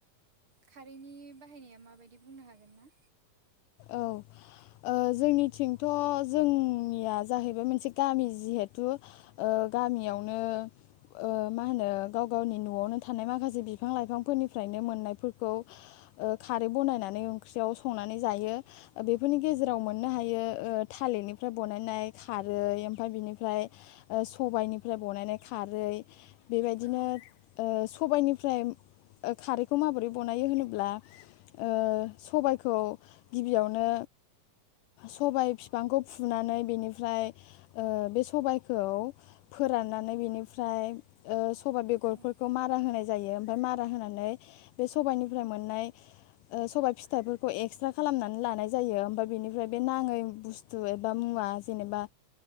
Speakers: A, on the right; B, on the left.
A: खारैनि बाहायनाया माबायदि बुंनो हागोन ना?
B: औ ओ जोंनिथिंथ' जोंनिया जाहैबाय मोनसे गामि जिहेथु ओ गामियावनो ओ मा होनो गाव गावनि न'आवनो थानाय माखासे बिफां लाइफांफोरनिफ्रायनो मोननायफोरखौ ओ खारै बनायनानै ओंख्रियाव संनानै जायो। बेफोरनि गेजेराव मोननो हायो ओ थालिरनिफ्राय बनायनाय खारै ओमफ्राय बिनिफ्राय ओ सबाइनिफ्राय बानायनाय खारै बेबायदिनो
A: औ
B: ओ सबाइनिफ्राय ओ खारैखौ माबोरै बनायो होनोब्ला ओ सबायखौ गिबियावनो सबाय फिफांखौ फुनानै बेनिफ्राय ओ बे सबायखौ फोराननानै बेनिफ्राय ओ सबाइ बेगरफोरखौ
A: ओं
B: मारा होनाय जायो ओमफ्राय मारा होनानै बे सबाइनिफ्राय मोननाय ओ सबाइ फिथाइफोरखौ एक्सट्रा खालामनानै लानाय जायो ओमफ्राय बेनिफ्राय बे नाङै
A: औ
B: बुस्थु एबा मुवा जेनेबा